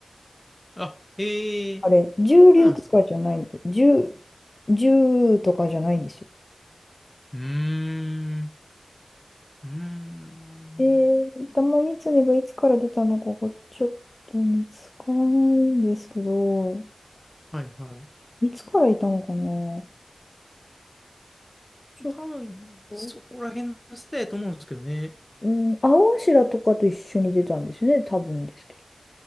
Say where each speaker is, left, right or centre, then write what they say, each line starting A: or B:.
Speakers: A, on the left (about 20°); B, on the left (about 45°).
A: あ、ええー、
B: あれ、獣竜とかじゃないんで、
A: そうなんですか。
B: 獣、獣とかじゃないんですよ。
A: うーん、うーん。
B: えー、玉三つねがいつから出たのかがちょっと見つからないんですけど、
A: はいは
B: いつからいたのかなちょっ
A: い。多分、
B: と、
A: そこら辺の世代だと思うんですけどね。
B: うん、青柱とかと一緒に出たんですよね、多分ですけど。